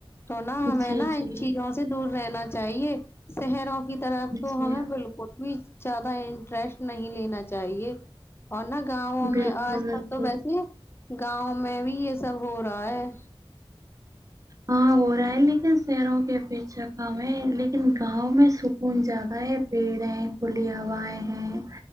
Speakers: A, on the left; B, on the right.
A: تو نا ہمیں
B: جی
A: نا
B: جی
A: ان چیزوں سے دور رہنا چاہیے شہروں کی طرف تو
B: جی
A: ہمیں بالکل بھی زیادہ انٹرسٹ نہیں لینا چاہیے اور نا گاؤوں
B: بالکل
A: میں آج
B: بالکل
A: کل تو ویسے گاؤں میں بھی یہ سب ہو رہا ہے
B: ہاں ہو رہا ہے لیکن شہروں کے پیچھا کم ہے لیکن گاؤں میں سکون زیادہ ہے پیڑ ہیں کھلی ہوائیں ہیں